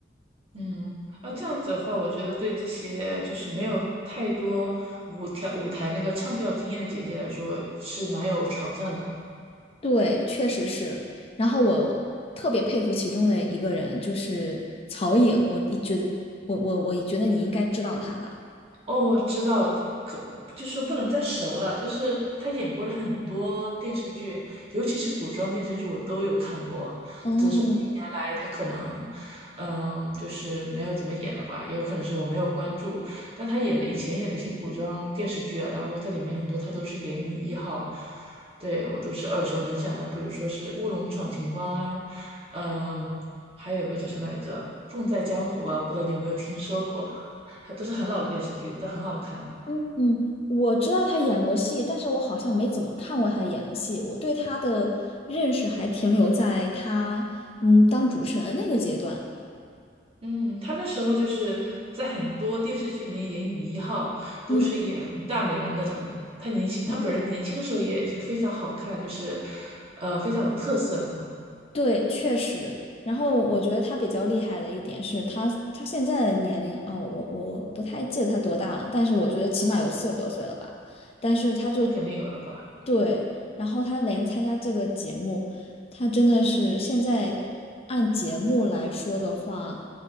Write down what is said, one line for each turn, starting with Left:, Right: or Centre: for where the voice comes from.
Right: 嗯，那这样子的话，我觉得对这些就是没有太多舞跳舞台那个唱跳经验的姐姐来说是蛮有挑战的。
Left: 对，确实是。然后我特别佩服其中的一个人，就是曹颖。我一觉得，我我我觉得你应该知道他吧？
Right: 哦，知道的可就是不能再熟了，就是她演过的很多电视剧，尤其是古装电视剧，我都有看过。
Left: 嗯
Right: 近年来他可能，嗯，就是没有怎么演了吧，也有可能是我没有关注。但他演的以前演的一些古装电视剧啊，然后在里面很多他都是演女一号，对我都是耳熟能详的，比如说是《乌龙闯情关》啊，嗯，还有一个叫什么来着，《凤在江湖》啊，我不知道你有没有听说过，还都是很老的电视剧，但很好看。
Left: 嗯，嗯，我知道他演过戏，但是我好像没怎么看过他演的戏。我对他的认识还停留在他嗯当主持人那个阶段。
Right: 嗯，她那时候就是在很多电视剧里面演女一号，
Left: 嗯
Right: 都是演大美人那种的。她年轻，她本人年轻的时候也是非常好看，
Left: 嗯，
Right: 就是，呃，非常有特色那种。
Left: 对，确实。然后我觉得他比较厉害的一点是他，他现在的年龄哦，我我不太记得他多大了，但是我觉得起码有四十多岁了吧。但是他就
Right: 那肯定有了吧？
Left: 对，然后他连参加这个节目，他真的是现在按节目来说的话，